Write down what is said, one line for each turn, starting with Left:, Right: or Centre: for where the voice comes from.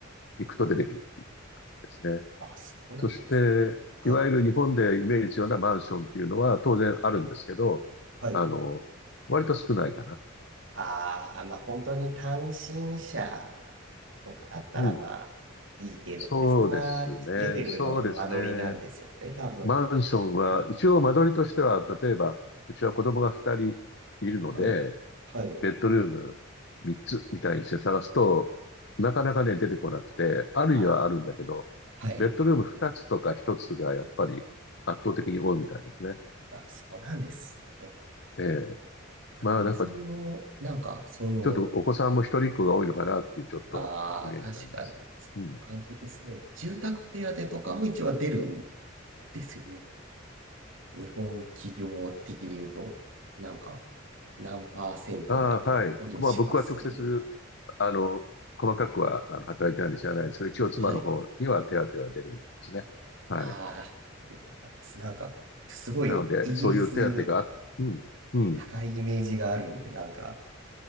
Left: 行くと出てくるっていうですね。
Right: あ、そうなんです。
Left: そして、
Right: はい。
Left: いわゆる日本でイメージするようなマンションっていうのは当然あるんですけど、
Right: はい。
Left: あの、割と少ないかな。
Right: ああ、まあ本当に単身者とかだったらまあいいけどって、
Left: うん。そうですね。
Right: そんなレベルの間取りなんですよね、
Left: そうですね。
Right: 多分。
Left: マンションは、一応間取りとしては、例えば、うちは子供が2人いるので、
Right: はい。はい。
Left: ベッドルーム3つみたいにして探すと、なかなかね、出てこなくて、あるにはあるんだけど、
Right: ああ、はい。
Left: ベッドルーム2つとか1つがやっぱり圧倒的に多いみたいですね。
Right: あ、そうなんですね。
Left: ええ。
Right: 逆にその、
Left: まあ、なんか、
Right: なんかその、
Left: ちょっとお子さんも一人っ子が多いのかなっていう、ちょっとイメージがあります。
Right: ああ、確かにそんな感じですね。
Left: うん。
Right: 住宅手当とかも一応出るんですよね。日本企業的に言うと、なんか何パーセントまで補助しますみたいな。
Left: ああ、はい。まあ僕は直接、あの、細かくはあの働いてないんで知らないですけど、一応妻の方には手当は出るんですね。
Right: はい。
Left: はい。
Right: ああ、よかったです。なんか、すごい、
Left: なので、
Right: イギリス
Left: そういう手当があ、うん、うん。
Right: 高いイメージがあるんで、
Left: い
Right: なんか、